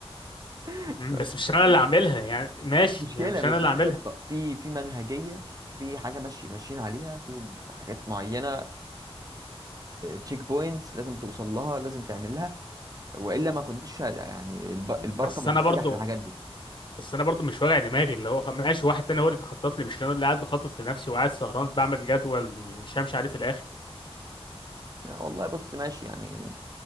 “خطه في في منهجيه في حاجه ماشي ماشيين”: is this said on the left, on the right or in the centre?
Right